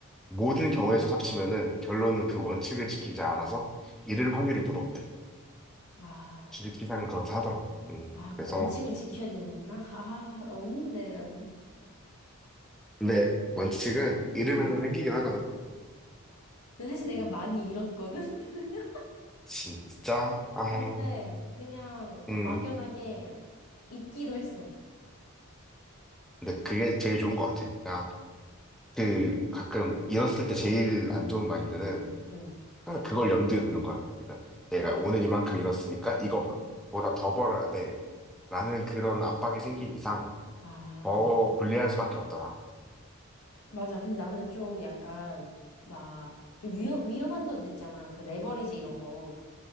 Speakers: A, in the centre; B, on the left.
A: 모든 경우에서 합치면은 결론은 그 원칙을 지키지 않아서 이를 확률이 더 높대.
B: 아.
A: 주식 시장은 그렇다 하더라고. 음,
B: 아,
A: 그래서
B: 그 원칙을 지켜야 되는구나. <laughs> 아, 나 없는데, 나는.
A: 근데 원칙은 잃으면서
B: 응.
A: 생기긴 하거든.
B: 근데 사실 내가
A: 음,
B: 많이 잃었거든? <laughs>
A: 진짜 아,
B: 근데 그냥
A: 음,
B: 막연하게 잊기로 했어.
A: 근데 그게 제일 좋은 것 같아. 아, 그 가끔 잃었을 때 제일 안 좋은 마인드는
B: 응.
A: 항상 그걸 염두에 두는 거야. 그러니까 내가 오늘 이만큼 잃었으니까 이거보다 더 벌어야 돼. 라는 그런 압박이 생긴 이상
B: 아,
A: 더 불리할 수밖에 없더라.
B: 맞아. 근데 나는 좀 약간 막 좀 위험, 위험한 것도 있잖아. 그 레버리지 이런 거.